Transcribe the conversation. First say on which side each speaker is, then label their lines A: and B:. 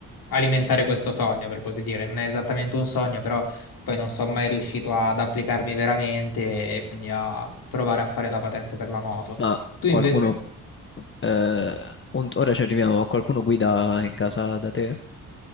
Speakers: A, on the left (about 65°); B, on the left (about 30°).
A: alimentare questo sogno, per così dire. Non è esattamente un sogno, però poi non sono mai riuscito ad applicarmi veramente e quindi a provare a fare la patente per la moto.
B: Ma
A: Tu
B: qualcuno
A: invece?
B: Eh, un- ora ci arriviamo, ma qualcuno guida in casa da te?